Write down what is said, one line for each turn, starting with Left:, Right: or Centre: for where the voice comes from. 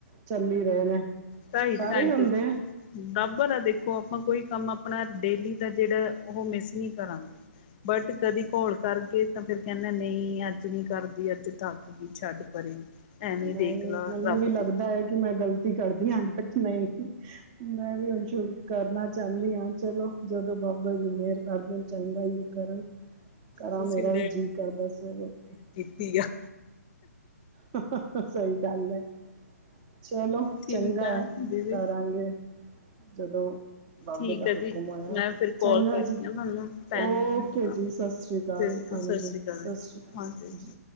Right: ਚੱਲ ਹੀ ਰਹੇ ਨੇ।
Left: ਕਹੀ
Right: ਸਾਰੇ
Left: ਘਣਟੇ।
Right: ਹੀ ਹੁੰਦੇ
Left: <unintelligible>
Right: ਆ
Left: ਬਰਾਬਰ ਆ ਦੇਖੋ ਆਪਾਂ ਕੋਈ ਕੰਮ ਆਪਣਾ ਡੇਲੀ ਦਾ ਜਿਹੜਾ ਉਹ ਮਿਸ ਨਹੀਂ ਕਰਾਂਗੇ। ਬਟ ਕਦੇ ਘੋਲ ਕਰਕੇ ਤਾਂ ਫਿਰ ਕਹਿੰਦੇ ਨਹੀਂ ਅੱਜ ਨਹੀਂ ਕਰਦੀ, ਅੱਜ ਥਕ ਛੱਡ। ਪਰੇ। ਐਵੇਂ ਦੇਖ
Right: ਨਹੀਂ
Left: ਲਾ
Right: ਮੈਨੂੰ
Left: ਰੱਬ
Right: ਵੀ ਲੱਗਦਾ
Left: ਦੀ
Right: ਹੈ। ਕਿ ਮੈਂ ਗਲਤੀ ਕਰਦੀ ਹਾਂ। ਬਟ ਨਹੀਂ, ਮੈਂ ਵੀ ਹੁਣ ਸ਼ੁਰੂ ਕਰਨਾ ਚਾਹੁੰਦੀ ਹਾਂ। ਚਲੋ। ਜਦੋਂ ਬਾਬਾ ਜੀ ਮੇਹਰ ਕਰ ਦੇਨ ਚੰਗਾ ਹੀ ਹੈ ਕਰਨ। ਕਰਾਂ,
Left: ਤੁਸੀਂ
Right: ਮੇਰਾ ਵੀ ਜੀਅ ਕਰਦਾ ਸਵੇਰੇ ਉੱਠਕੇ
Left: ਠੀਕ ਆ।
Right: ਹਾਂ- ਹਾਂ। ਸਹੀ ਗੱਲ ਹੈ। ਚਲੋ,
Left: ਠੀਕ
Right: ਚੰਗਾ
Left: ਆ
Right: ਹੈ।
Left: ਦੀਦੀ
Right: ਕਰਾਂਗੇ, ਜਦੋਂ ਬਾਬੇ
Left: ਠੀਕ
Right: ਦਾ
Left: ਆ
Right: ਹੁਕਮ
Left: ਜੀ
Right: ਹੋਇਆ।
Left: ਮੈਂ ਫਿਰ
Right: ਚੰਗਾ
Left: ਕਾਲ ਕਰਦੀ
Right: ਜੀ।
Left: ਹਾਂ ਤੁਹਾਨੂੰ ਪੈਣੀ
Right: ਓਕੇ
Left: ਆ ਹਨਾ।
Right: ਜੀ, ਸਤਿ ਸ਼੍ਰੀ ਅਕਾਲ।
Left: ਠੀਕ ਆ
Right: ਹਾਂਜੀ।
Left: ਸਤਿ ਸ਼੍ਰੀ ਅਕਾਲ।
Right: ਸਤਿ
Left: ਜੀ,
Right: ਸ਼੍ਰੀ ਅਕਾਲ
Left: ਹਾਂਜੀ।
Right: ਜੀ।